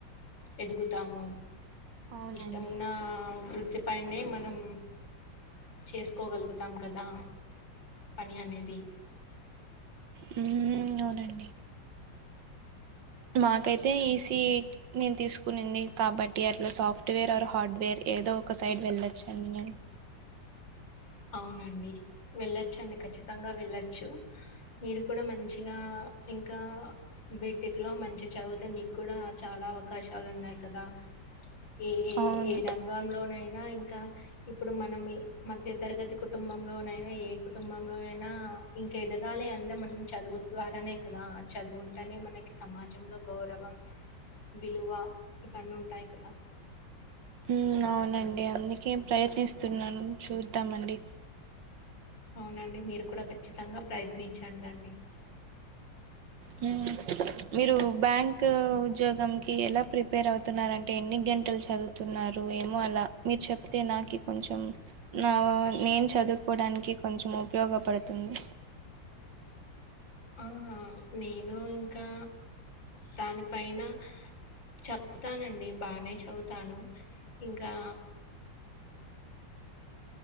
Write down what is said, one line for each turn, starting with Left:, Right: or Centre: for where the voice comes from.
Left: ఎదుగుతాము
Right: అవునండి
Left: ఇష్టమున్న వృత్తి ఫైనే మనం చేసుకోగలుగుతాం కదా పని అనేది
Right: అ హు అవునండి మాకైతే ఈసీ నేను తీస్ కొనింది కాబట్టి అట్లా సాఫ్ట్వేర్ ఆ హార్డ్వేర్ ఏదో ఒక సైడ్ వెళ్ళొచ్చు అండి నేను
Left: అవునండి వెళ్ళొచ్చండి ఖచ్చితంగా వెళ్ళచ్చు మీరు కూడా మంచిగా ఇంకా బీటెక్ లో మంచి చదివితే మీకు కూడా చాలా అవకాశాలు ఉన్నాయి కదా ఏ
Right: అవును
Left: ఏ రంగంలోనైనా ఇంకా ఇప్పుడు మనం మధ్య తరగతి కుటుంబంలోనైనా ఏ కుటుంబంలో అయినా ఇంక ఎదగాలి అంటే మనం చదువు ద్వారా అనే కదా చదువుంటేనే మనకి సమాజంలో గౌరవం విలువా ఇవ్వన్నీ ఉంటాయి కదా
Right: హు అవునండి అందుకే ప్రయత్నిస్తున్నాను చూద్దామండి
Left: అవునండి మీరు కూడా ఖచ్చితంగా ప్రయత్నించండి అండి
Right: హు మీరు బ్యాంక్ ఉద్యోగం క ఎలా ప్రిపేర్ అవుతున్నారు అంటే ఎన్ని గం ంటలు చదువుతున్నారు ఏమో అలా మీరు చెప్తే నాకు కొంచెం నా నేను చదువు కోడానికి కొంచెం ఉపయోగపడుతుంది
Left: ఆహ నేను ఇంకా దానిపైైన చెప్తానండి బానే చదువుతాను ఇంకా